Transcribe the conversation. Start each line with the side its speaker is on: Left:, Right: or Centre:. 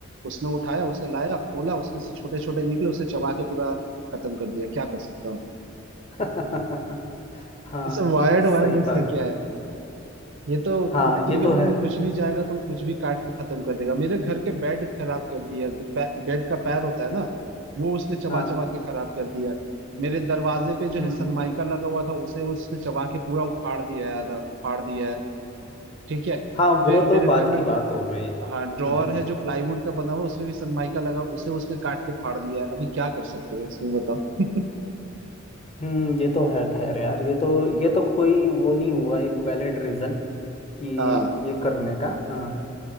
Right: उसने उठाया उसे लाया खोला उसमें से छोटे छोटे निकले उसे चबा के पूरा खत्म कर दिया क्या कर सकता हूँ
Left: <laughs>
Right: <laughs>
Left: हाँ
Right: ये सब वायर्ड
Left: सही
Right: वायरलेस
Left: बात
Right: का क्या है ये तो
Left: हाँ
Right: कुत्ते
Left: ये
Right: के
Left: तो
Right: मुंह
Left: है
Right: में कुछ भी जाएगा तो वो कुछ भी काट के खत्म कर देगा मेरे घर के बेड खराब कर दिया कि पै- बेड का पैर होता है ना वो उसने चबा
Left: हाँ
Right: चबा के खराब कर दिया मेरे दरवाजे पे जो
Left: हम्म
Right: है सनमाइका लगा हुआ था उसे उसने चबा के पूरा उखाड़ दिया है आधा फाड़ दिया है ठीक है
Left: हाँ
Right: फिर
Left: वो
Right: मेरे
Left: तो बात
Right: घर में
Left: की बात हो गई
Right: हाँ ड्रॉअर
Left: हम्म
Right: है जो प्लाईवुड का बना हुआ उसमें भी सनमाइका लगा उसे उसने काट के फाड़ दिया है अभी क्या कर सकते हो इसमें बताओ
Left: हम्म ये तो है खैर यार ये तो ये तो कोई वो नहीं हुआ एक वैलिड रीजन कि
Right: हाँ
Left: ये करने का हाँ